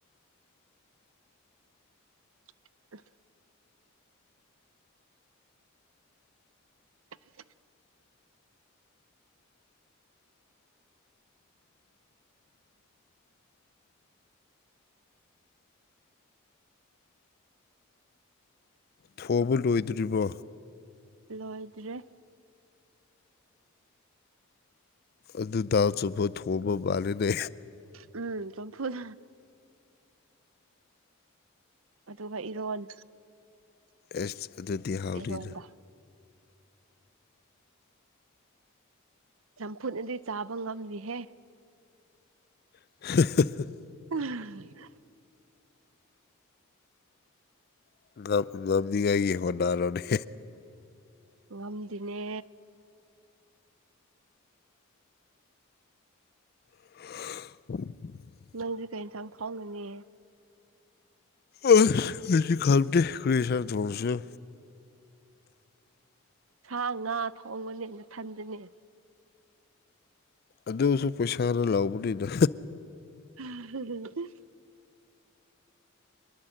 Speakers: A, on the right (about 65°); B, on the left (about 45°).
A: <unintelligible> <unintelligible>
B: ꯊꯣꯕ ꯂꯣꯏꯗ꯭ꯔꯤꯕꯣ
A: ꯂꯣꯏꯗ꯭ꯔꯤ
B: ꯑꯗꯨ ꯗꯥꯎ ꯆꯨꯝꯄ ꯊꯣꯡꯕ ꯃꯥꯂꯦꯅꯦ
A: ꯎꯝ ꯆꯝꯐꯨꯠ ꯑꯗꯨꯒ ꯏꯔꯣꯟ
B: ꯑꯦꯁ ꯑꯗꯨꯗꯤ ꯍꯥꯎꯅꯤꯅ
A: ꯏꯔꯣꯟꯕ ꯆꯝꯐꯨꯠꯅꯗꯤ ꯆꯥꯕ ꯉꯝꯅꯤꯍꯦ
B: <unintelligible>
A: <unintelligible>
B: <unintelligible> ꯍꯣꯗꯔꯣꯅꯦ
A: ꯉꯝꯗꯤꯅꯦ
B: <unintelligible>
A: ꯅꯪꯗꯤ ꯀꯩ ꯏꯟꯁꯥꯡ ꯊꯣꯡꯉꯅꯤ
B: ꯑꯁ ꯑꯩꯗꯤ ꯈꯪꯗꯦ ꯀꯔꯤ ꯏꯟꯁꯥꯡ ꯊꯣꯡꯁꯤꯔꯥ
A: ꯁꯥ ꯉꯥ ꯊꯣꯡꯕꯅꯦ ꯅꯊꯟꯗꯅꯦ
B: ꯑꯗꯨꯁꯨ ꯄꯩꯁꯥꯅ ꯂꯥꯎꯕꯅꯤꯗ
A: <unintelligible>